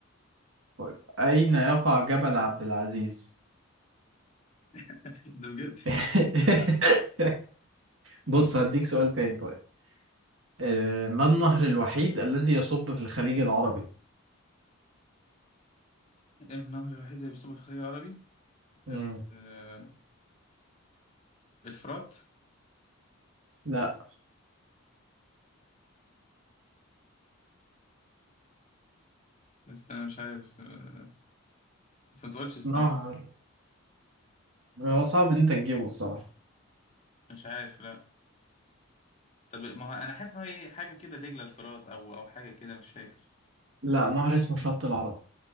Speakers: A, on the right (about 65°); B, on the left (about 30°).
A: طيب أين يقع جبل عبد العزيز
B: <laughs> ده بجد
A: <laughs> بص هديك سؤال تاني طيب آه، ما النهر الوحيد الذي يصب في الخليج العربي
B: النهر الوحيد اللي بيصب في الخليج العربي
A: مم.
B: آه، آه، الفرات
A: لا
B: استنى مش عارف آه، بس ما تقولش استنى
A: نهر هو صعب ان انت تجيبه الصراحة
B: مش عارف لا طب ما هو انا حاسس ان هو إيه، حاجه كده دجله الفرات او او حاجه كده مش فاكر
A: لا نهر اسمه شط العرب